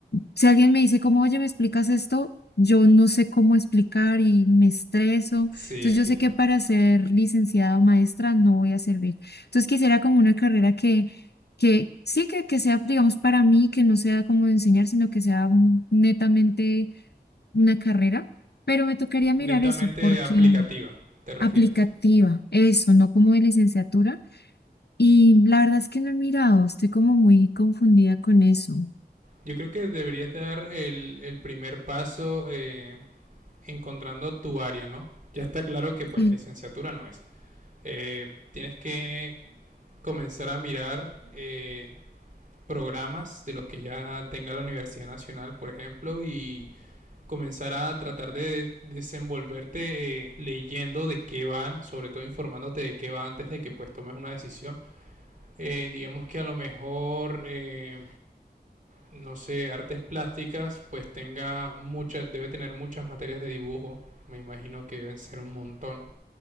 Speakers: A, on the left; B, on the right.
A: Si alguien me dice como, oye, ¿me explicas esto? Yo no sé cómo explicar y me estreso.
B: sí,
A: Entonces
B: entiendo.
A: yo sé que para ser licenciada o maestra no voy a servir. Entonces quisiera como una carrera que, que sí, que, que sea, digamos, para mí, que no sea como de enseñar, sino que sea un- netamente una carrera. Pero me tocaría mirar
B: Netamente
A: eso, porque
B: aplicativa, te refieres.
A: aplicativa, eso, no como de licenciatura. Y la verdad es que no he mirado, estoy como muy confundida con eso.
B: Yo creo que deberías dar el, el primer paso eh, encontrando tu área, ¿no? Ya está claro que pues
A: Sí.
B: licenciatura no es. Eh, tienes que comenzar a mirar eh, programas de los que ya tenga la Universidad Nacional, por ejemplo, y comenzar a tratar de desenvolverte eh, leyendo de qué van, sobre todo informándote de qué va antes de que pues tomes una decisión. Eh, digamos que a lo mejor eh, no sé, artes plásticas, pues tenga muchas, debe tener muchas materias de dibujo, me imagino que deben ser un montón.